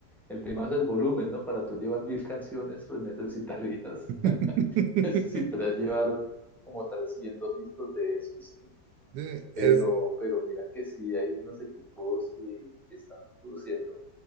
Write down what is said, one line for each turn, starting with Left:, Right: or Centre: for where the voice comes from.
Centre: El tema es el volumen, ¿no? Para tú llevar mil canciones, pues necesitarías,
Right: <laughs>
Centre: <laughs> necesitarías llevar como 300 discos de esos.
Right: Eh, Es,
Centre: Pero, pero mira que sí hay unos equipos eh, que están produciendo.